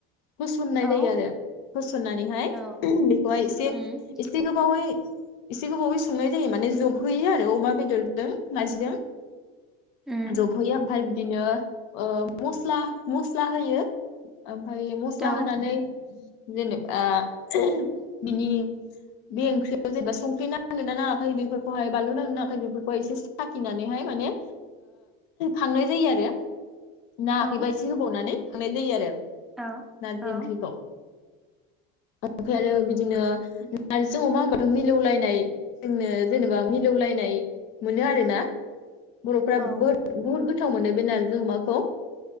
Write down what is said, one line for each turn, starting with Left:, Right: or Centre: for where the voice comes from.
Left: होसननाय
Centre: औ
Left: जायो आरो होसन्नानैहाय
Centre: औ
Left: बेखौहाय एसे
Centre: उम
Left: एसे गोबावै एसे गोबावै संनाय जायो माने जबहयो आरो अमा बेदरजों नारजिजों
Centre: उम
Left: जबहोयो ओमफाय दिनो ओ मस्ला मस्ला होयो ओमफ्राय मस्ला
Centre: औ
Left: होनानै जेनेबा <unintelligible> बिनि बे ओंख्रियाव जेनेबा संख्रि नांदों ना नाङाखै बेफोरखौहाय बानलु नांदो नाङाखै बेफोरखौहाय एसे साखिनानैहाय माने खांनाय जायो आरो नाङाखैबा
Centre: औ
Left: एसे होबावनानै हानाय जायो आरो
Centre: औ
Left: नारजि ओंख्रिखौ ओमफ्राय आरो बिदिनो नारजि अमा होनोमबाथ' मिलौलायनाय जोंनो जेनेबा मिलौलायनाय मोनो आरो ना बर'फ्रा
Centre: औ
Left: बोथ बहुत गोथ गोथाव मोनो बे नारजि अमाखौ